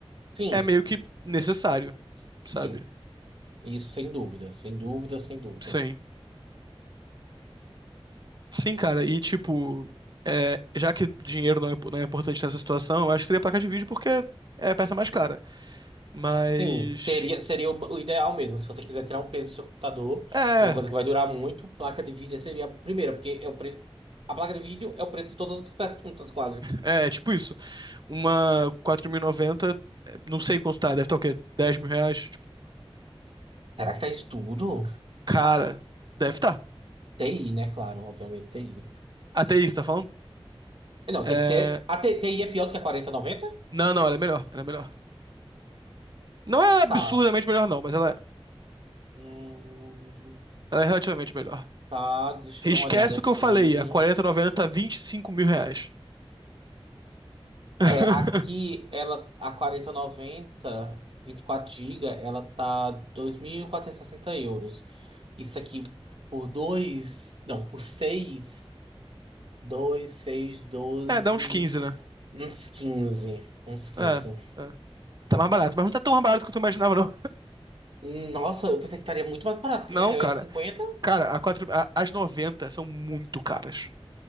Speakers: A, on the right; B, on the right.
A: Sim.
B: é meio que necessário, sabe?
A: sim. Isso, sem dúvida, sem dúvida, sem dúvida.
B: Sim. Sim, cara, e, tipo, é, já que dinheiro não é, não é importante nessa situação, eu acho que seria a placa de vídeo porque é a peça mais cara. Mas.
A: Sim, seria, seria o o ideal mesmo. Se você quiser tirar um peso do seu computador,
B: É,
A: e uma coisa que vai durar muito, placa de vídeo seria a primeira, porque é o preço. A placa de vídeo é o preço de todas as outras peças juntas, quase.
B: é, é tipo isso. Uma quatro mil e noventa é, não sei quanto tá, deve estar o quê? 10 mil reais? Tipo,
A: Será que tá isso tudo?
B: cara, deve estar.
A: TI, né? Claro, obviamente TI.
B: Até isso, tá falando?
A: Não,
B: É...
A: tem que ser. A T- TI é pior do que a quarenta e noventa
B: Não, não, ela é melhor, ela é melhor. Não é absurdamente
A: Tá.
B: melhor, não, mas ela,
A: Hum,
B: ela é relativamente melhor.
A: tá, deixa
B: Esquece
A: eu dar uma olhada aqui.
B: o que eu falei, a 4090 tá 25 mil reais. <laughs>
A: É, aqui ela a quarenta e noventa vinte e quatro gigas ela tá 2.460 euros. Isso aqui por dois não, por seis dois seis doze
B: É, dá uns 15, né?
A: uns quinze uns quinze
B: É, é. Tá mais barato, mas não tá tão mais barato quanto eu imaginava, não.
A: Nossa, eu pensei que estaria muito mais barato, porque
B: Não,
A: já saiu
B: cara.
A: aí cinquenta
B: Cara, a 4, a- as 90 são muito caras.